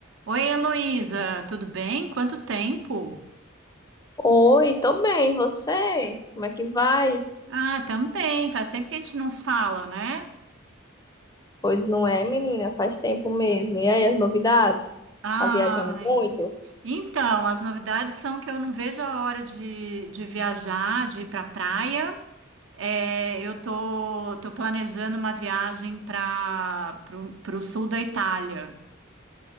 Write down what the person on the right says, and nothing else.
Oi, Heloísa, tudo bem? Quanto tempo?
Ah, também. Faz tempo que a gente não se fala, né?
Ai.
Então, as novidades são que eu não vejo a hora de, de viajar, de ir pra praia. É, eu tô, tô planejando uma viagem para pro, pro sul da Itália.